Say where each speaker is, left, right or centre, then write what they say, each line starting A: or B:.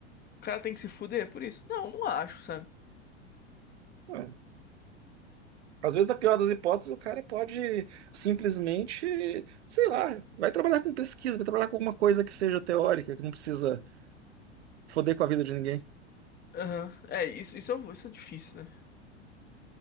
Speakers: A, on the left; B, on the right.
A: cara tem que se fuder por isso? Não, não acho, sabe?
B: É. Às vezes, na pior das hipóteses, o cara pode simplesmente, sei lá, vai trabalhar com pesquisa, vai trabalhar com alguma coisa que seja teórica, que não precisa foder com a vida de ninguém.
A: Aham. É, isso, isso é, isso é difícil, né?